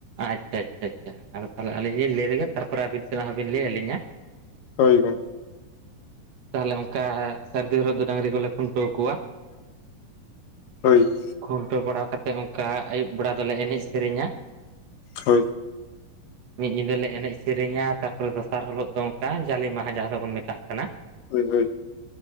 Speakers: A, on the right; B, on the left.
A: ᱟᱪᱷᱟ ᱟᱪᱷᱟ ᱟᱪᱷᱟ ᱛᱟᱦᱚᱞᱮ ᱟᱹᱞᱤᱧ ᱞᱤᱧ ᱞᱟᱹᱭ ᱞᱮᱜᱮ ᱛᱟᱨᱯᱚᱨᱮ ᱟᱹᱵᱤᱱ ᱥᱮᱱᱟᱜᱟᱜ ᱦᱚᱸᱵᱤᱱ ᱞᱟᱹᱭ ᱟᱹᱞᱤᱧᱟ ᱾
B: ᱦᱳᱭ ᱜᱚᱝᱠᱮ ᱾
A: ᱛᱟᱦᱚᱞᱮ ᱚᱱᱠᱟ ᱥᱟᱹᱨᱫᱤ ᱦᱤᱞᱳᱜ ᱫᱚ ᱰᱟᱝᱨᱤ ᱠᱚᱞᱮ ᱠᱷᱩᱱᱴᱟᱹᱣ ᱠᱚᱣᱟ ᱾
B: ᱦᱳᱭ ᱾
A: ᱠᱷᱩᱱᱴᱟᱹᱣ ᱵᱟᱲᱟ ᱠᱟᱛᱮᱫ ᱚᱱᱠᱟ ᱟᱹᱭᱩᱵ ᱵᱮᱲᱟ ᱫᱚᱞᱮ ᱮᱱᱮᱡ ᱥᱮᱨᱮᱧᱟ ᱾
B: ᱦᱩᱭ ᱾
A: ᱢᱤᱫ ᱧᱤᱫᱟᱹ ᱞᱮ ᱮᱱᱮᱡ ᱥᱮᱨᱮᱧᱟ ᱛᱟᱨᱯᱚᱨᱮ ᱫᱚᱥᱟᱨ ᱦᱤᱞᱳᱜ ᱫᱚ ᱚᱱᱠᱟ ᱡᱟᱞᱮ ᱢᱟᱦᱟ ᱡᱟᱦᱟᱸ ᱫᱚᱵᱚᱱ ᱢᱮᱛᱟᱜ ᱠᱟᱱᱟ ᱾
B: ᱦᱩᱭ ᱦᱩᱭ ᱾